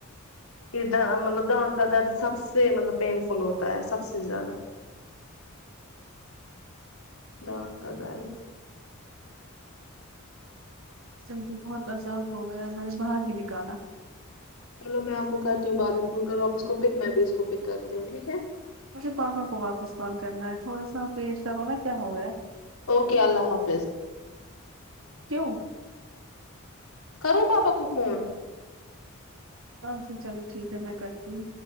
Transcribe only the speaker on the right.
سچ میں مجھے بہت عذاب ہو گیا مج نے باہر ہی نکالا
مجھے پاپا کو واپس کال کرنا ہے تھوڑا سا پیش کروانا کیا ہو گیا ہے
کیوں
ہاں پھر چلو ٹھیک ہے میں کرتی ہوں